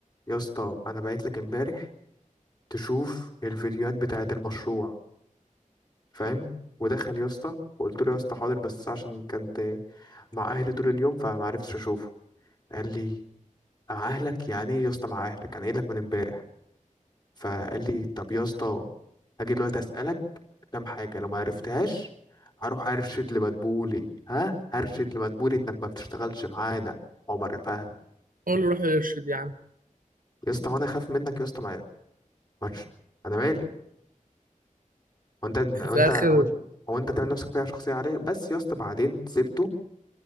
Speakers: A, on the left (about 30°); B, on the right (about 80°).
A: يا اسطى انا بعت لك امبارح تشوف الفيديوهات بتاعة المشروع فاهم ودخل يا اسطى وقلت له يا اسطى حاضر بس عشان كنت مع اهلي طول اليوم فما عرفتش اشوفه قال لي مع اهلك يعني ايه يا اسطى مع اهلك انا قايل لك من امبارح فقال لي طب يا اسطى هاجي دلوقتي اسالك كام حاجه لو ما عرفتهاش هروح ارشد لمدبولي ها هرشد لمدبولي انك ما بتشتغلش معانا عمر فاهم
B: اقول له روح ارشد يا عم
A: يا اسطى وانا خايف منك يا اسطى ما مش انا مالي هو انت هو
B: <laughs> في
A: انت
B: الاخر
A: هو انت هو انت تعمل نفسك فيها شخصيه عليا بس يا اسطى بعدين سبته